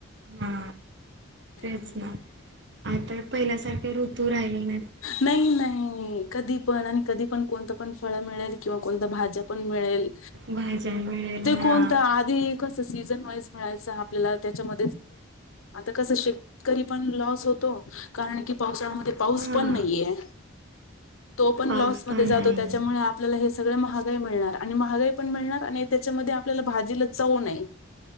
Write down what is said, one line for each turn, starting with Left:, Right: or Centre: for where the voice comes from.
Right: हा तेच
Left: हं.
Right: ना आता पहिल्यासारखे ऋतू राहीले.
Left: नाही नाही कधी पण आणि कधी पण कोणत पण पण फळ मिळेल किंवा कोणत भाज्या पण मिळेल,.
Right: भाज्या मिळेल हा
Left: ते कोणत आधी कस सीझन वाईज मिळायच आपल्याला त्या चव कस शेतकरी पण लॉस होतो कारण की पावसाळ्यामध्ये पाऊस
Right: हा
Left: पण नाहीये तो पण
Right: पाऊस
Left: लाॅसनमध्ये
Right: पण
Left: जातो
Right: नाही
Left: त्याच्यामुळे सगळ महागाई मिळणार आणि महागाई पण मिळणार आणि त्याच्यामध्ये आपल्याला भाजीला चव नाही.